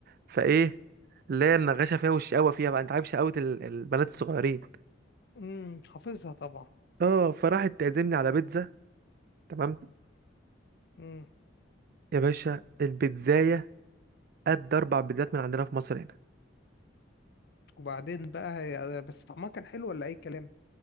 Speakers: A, on the right; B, on the left.
A: فايه اللي هي النغاشة فيها والشقاوة فيها بقى انت عارف شقاوة ال- البنات الصغيرين
B: امم حافظها طبعا
A: اه فراحت تعزمني على بيتزا تمام
B: امم
A: يا باشا البيتزاية قد اربع بيتزات من عندنا في مصر هنا
B: وبعدين بقى هي- آه، بس طعمها كان حلو ولا اي كلام